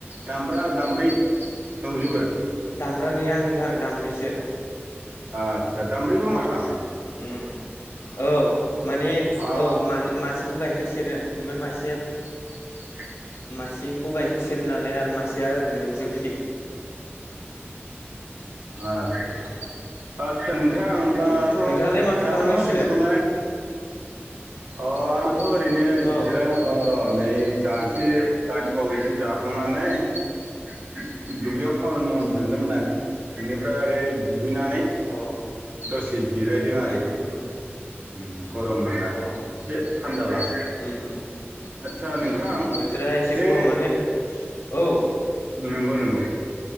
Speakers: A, on the right (about 45°); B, on the left (about 75°).
A: दामब्रा दामब्रि दंजोबो?
B: दामब्रा गैया नोंथां दामब्रिसो।
A: आस्सा दामब्रिबो माथाम?
B: उम औ माने
A: आ
B: औ मा-मासेखौ गाय खेर सेरो ओमफ्राय मासे
A: <inaudible>
B: मासेखौ गाइखेर सेरो नालाय आरो मासेया ओरैनो जोख्लि।
A: आस्सा। आस्सा नोंथां होनबाथ'
B: उम नोंथाङालाय माथो
A: दामग्रा
B: खालामगासिनो
A: मोसौखौलाय
B: <inaudible>
A: अ आंबोथ' ओरैनो
B: औ
A: जिरायना दं र' नै दासो दानि बावैसो जाखांनानै। दुब्लिआव खामानि मावनो थांदोंमोन आं। बेनिफ्राय आरो दुगैनानै
B: अ
A: दसे जिरायदों आरोखि
B: उम उम उम
A: उम गरम मोननानै
B: अ
A: एसे थान्दा लादों
B: उम उम उम
A: आदसा नोंथां
B: उम बोथोरा एसे
A: बे
B: गरमानो औ
A: नंगौ नंगौ